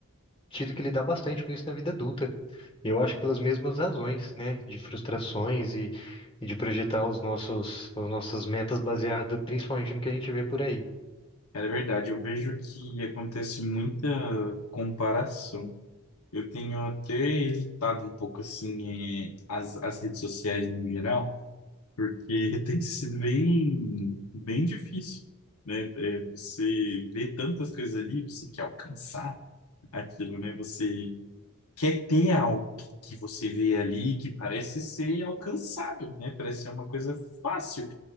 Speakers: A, on the left; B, on the left.
A: tido que lidar bastante com isso na vida adulta. Eu acho que pelas mesmas razões, né? De frustrações e, e de projetar os nossos, as nossas metas baseadas principalmente no que a gente vê por aí.
B: cara, é verdade, eu vejo que acontece muita comparação. Eu tenho até evitado um pouco, assim, eh, as, as redes sociais no geral, porque <laughs> tem sido bem, bem difícil. Né? Eh, você vê tantas coisas ali, você quer alcançar aquilo, né? Você quer ter algo que que você vê ali que parece ser alcançável, né? Parece ser uma coisa fácil.